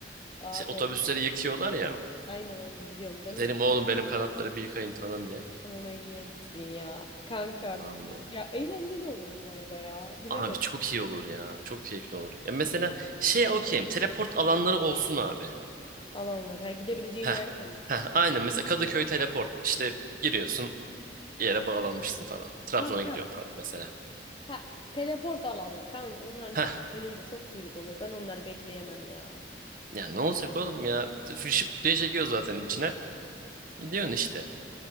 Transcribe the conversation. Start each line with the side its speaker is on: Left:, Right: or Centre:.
Left: Abi
Right: Şey, otobüsleri yıkıyorlar ya.
Left: aynen aynen biliyorum canım.
Right: Derim oğlum benim kanatları bir yıkayın falan diye.
Left: Allah iyi etsin ya. Kanka
Right: Vallahi.
Left: ya eğlenceli olur bu arada ya. Bilemedim
Right: Abi çok iyi olur ya. Çok keyifli olur. Ya mesela şey okeyim. Teleport alanları olsun abi.
Left: alanlar. Ha gidebileceğim
Right: Heh.
Left: yerler mi?
Right: Heh, aynen mesela Kadıköy teleport. İşte giriyorsun bir yere bağlanmışsın falan. Trabzon'a
Left: Ha
Right: gidiyorsun
Left: ha.
Right: falan mesela.
Left: Ha teleport alanlar. Kanka onların üstün,
Right: Heh.
Left: önünde çok kuyruk olur. Ben onları bekleyemem ya.
Right: Ya ne olacak oğlum ya? Fışıp diye çekiyor zaten içine. Gidiyorsun işte.